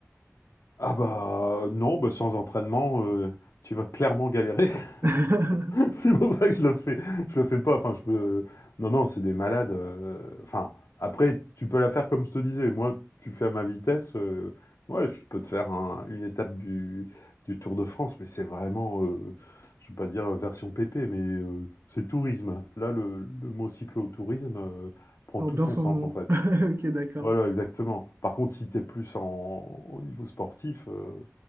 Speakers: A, on the left; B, on the right.
A: Ah bah, non, bah, sans entraînement, heu, tu vas clairement galérer
B: <laughs>
A: <laughs> C'est pour ça que je le fais, je le fais pas. Enfin, je me- non, non, c'est des malades. euh, Enfin, après, tu peux la faire comme je te disais. Moi, tu fais à ma vitesse. euh, Ouais, je peux te faire un- une étape du, du Tour de France, mais c'est vraiment, euh, je ne vais pas dire version pépé, mais euh, c'est tourisme. Là, le, le mot cyclotourisme euh, prend
B: Porte
A: tout
B: bien
A: son
B: son
A: sens
B: nom.
A: en fait.
B: <laughs> Ok, d'accord.
A: Voilà, exactement. Par contre, si t'es plus en, au niveau sportif, euh,